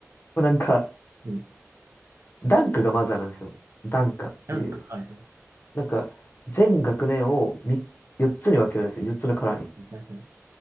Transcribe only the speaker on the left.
もうなんか、
ダンカがまずあるんですよ。ダンカっていう。
なんか、全学年をみ4つに分けるんですよ。
4つのカラーに。